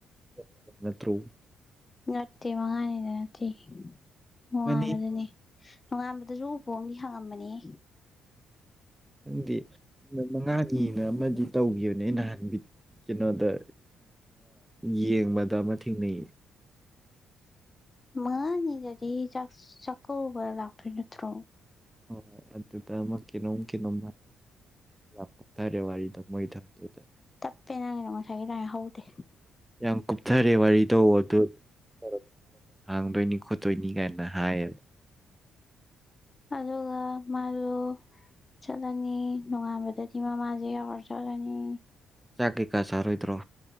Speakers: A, in the centre; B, on the left (about 25°).
A: <unintelligible> ꯅꯠꯇ꯭ꯔꯣ
B: ꯅꯠꯇꯦ ꯃꯉꯥꯅꯤꯗ ꯅꯠꯇꯦ ꯅꯨꯡꯉꯥꯡꯕꯗꯅꯤ
A: ꯃꯥꯅꯤ
B: ꯅꯣꯡꯉꯥꯟꯕꯗꯁꯨ ꯎꯄꯨ ꯑꯃꯗꯤ ꯍꯪꯉꯝꯕꯅꯤꯍꯦ
A: ꯈꯪꯗꯦ ꯅꯨꯃꯤꯠ ꯃꯉꯥꯅꯤꯅ ꯑꯃꯗꯤ ꯇꯧꯈꯤꯕꯅꯦ ꯅꯍꯥꯟ ꯚꯤ ꯀꯩꯅꯣꯗ ꯌꯦꯡꯕꯗ ꯑꯃ ꯊꯦꯡꯅꯩꯌꯦ
B: ꯃꯉꯥꯅꯤꯗꯗꯤ ꯆꯥꯛ ꯆꯥꯛꯀꯧꯕ ꯂꯥꯛꯇꯣꯏ ꯅꯠꯇ꯭ꯔꯣ
A: ꯍꯣꯏ ꯍꯣꯏ ꯑꯗꯨꯗ ꯑꯃ ꯀꯩꯅꯣꯝ ꯀꯩꯅꯣꯝꯃ ꯌꯥꯝ ꯀꯨꯞꯊꯔꯦ ꯋꯥꯔꯤꯗꫭ ꯃꯣꯏ ꯊꯝꯗꯨꯗꯥ
B: ꯇꯞꯄꯦ ꯅꯪꯅꯒꯤꯗꫭ ꯉꯁꯥꯏꯒꯤ ꯗꯥꯏꯅ ꯍꯧꯗꯦ
A: ꯌꯥꯝ ꯀꯨꯞꯊꯔꯦ ꯋꯥꯔꯤꯗꯣ ꯑꯗꯨ <unintelligible> ꯍꯥꯡꯗꯣꯏꯅꯤ ꯈꯣꯠꯇꯣꯏꯅꯤ ꯀꯥꯏꯅ ꯍꯥꯏꯌꯦꯕ
B: ꯑꯗꯨꯒ ꯃꯥꯗꯨ ꯆꯠꯂꯅꯤ ꯅꯣꯡꯉꯥꯟꯕꯗꯗꯤ ꯃꯃꯥꯁꯦ ꯌꯥꯎꯔꯥ ꯆꯠꯂꯅꯤ
A: ꯆꯥꯛ ꯀꯩꯀꯥ ꯆꯥꯔꯣꯏꯗ꯭ꯔꯣ